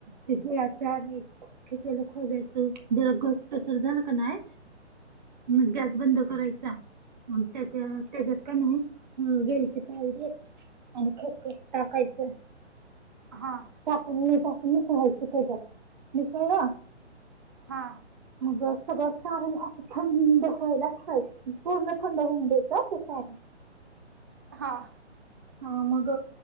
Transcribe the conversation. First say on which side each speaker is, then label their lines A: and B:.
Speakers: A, on the right; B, on the right.
A: तिथे त्याने खेकलेला खो्यायच जरा घटसर झालं का नाही. मग गॅस बंद करायचा. त्याच्या त्याच्यात का नाही वेलचे पाल आणि खप टाकायचं.
B: हां
A: टाकून टाकूनचय जात विसर वा.
B: हा.
A: बसत बस ण असं थंड व्हायलाच ठेवायची. पूर्ण थंड होऊन द्यायच ते सारे
B: हां हां
A: हा मग